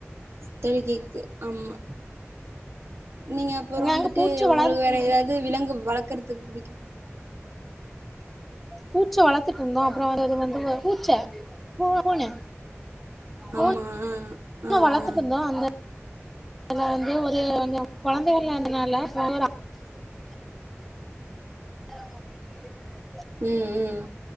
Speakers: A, on the right; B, in the centre.
A: தொழுகிக்கு ஆமா நீங்க அப்புறோ வந்துட்டு
B: அங்க பூச்சி வளர்த்
A: உங்களுக்கு வேற ஏதாவது விலங்கு வளக்கறதுக்கு புடிக்கும்
B: பூச்ச வளத்துட்ருந்தோ அப்புறோ அது அது வந்து வ பூச்ச பூ பூன பூன
A: ஆமா ஆ ஆ
B: வளத்துட்டு
A: ஆ
B: இருந்தோ அந்தல வந்து அது வந்து குழந்தைகள்ல இருந்தனால <unintelligible> <inaudible>
A: ம் ம்